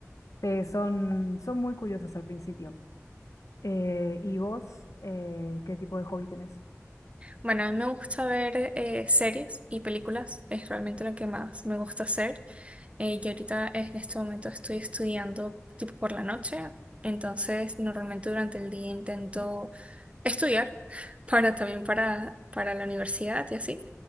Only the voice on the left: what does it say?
eh, son, son muy curiosos al principio. Eh, ¿y vos, eh, qué tipo de hobby tenés?